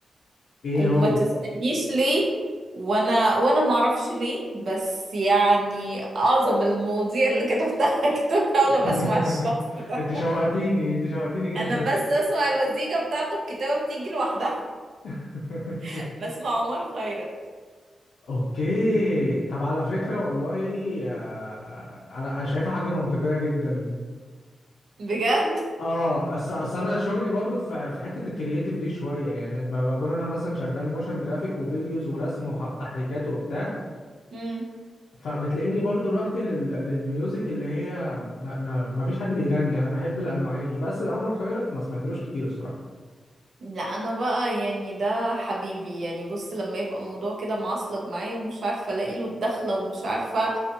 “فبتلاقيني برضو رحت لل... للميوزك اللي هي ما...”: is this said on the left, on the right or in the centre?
Left